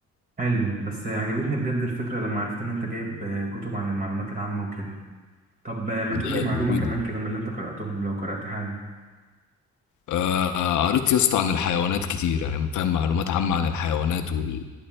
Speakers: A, on the right; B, on the left.
A: حلو بس عجبتني بجد الفكرة لما عرفت ان انت جايب آه، كتب عن المعلومات العامة وكده طب ما
B: ده
A: تقولي معلومة
B: مفيد
A: كمان كده من اللي انت قرأتهم لو قرأت حاجة
B: آه، قريت يا اسطى عن الحيوانات كتير يعني فاهم معلومات عامة عن الحيوانات وال